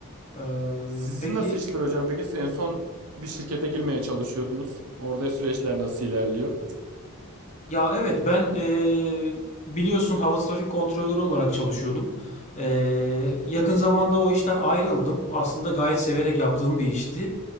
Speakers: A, on the left; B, on the right.
A: Ee,
B: Sizin
A: peki
B: nasıl işler hocam peki? Siz En son bir şirkete girmeye çalışıyordunuz. Orada süreçler nasıl ilerliyor?
A: ya evet ben e, biliyorsun hava trafik kontrolörü olarak çalışıyordum. Ee, yakın zamanda o işten ayrıldım. Aslında gayet severek yaptığım bir işti.